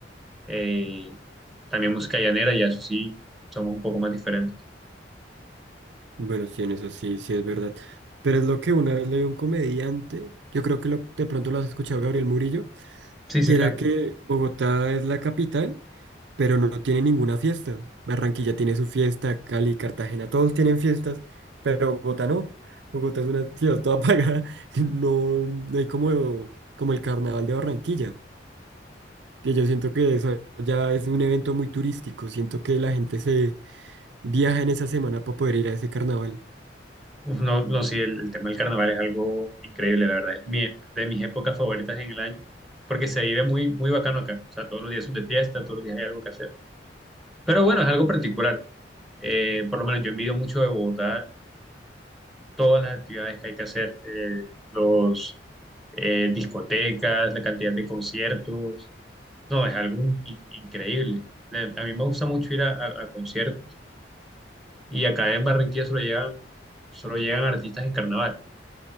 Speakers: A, in the centre; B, on the right.
A: eh, también música llanera, y eso sí, somos un poco más diferentes.
B: Bueno, sí, en eso sí, sí es verdad. Pero es lo que una vez leí a un comediante, yo creo que lo- de pronto lo has escuchado, Gabriel Murillo,
A: Sí, sí,
B: que
A: claro.
B: era que Bogotá es la capital. pero no tiene ninguna fiesta. Barranquilla tiene su fiesta, Cali, Cartagena, todos tienen fiestas, pero Bogotá no. Bogotá es una ciudad toda <laughs> apagada. No, no hay como, como el carnaval de Barranquilla, que yo siento que eso ya es un evento muy turístico. Siento que la gente se viaja en esa semana para poder ir a ese carnaval.
A: Uf, no, no, sí, el, el tema del carnaval es algo increíble, la verdad, es mi- de mis épocas favoritas en el año, porque se vive muy, muy bacano acá, o sea, todos los días son de fiesta, todos los días hay algo que hacer. Pero bueno, es algo particular, Eh, por lo menos yo envidio mucho de Bogotá todas las actividades que hay que hacer, eh, los eh, discotecas, la cantidad de conciertos, No, es algo in- increíble. Le- A mí me gusta mucho ir a, a- a conciertos y acá en Barranquilla solo llegan, solo llegan artistas en carnaval.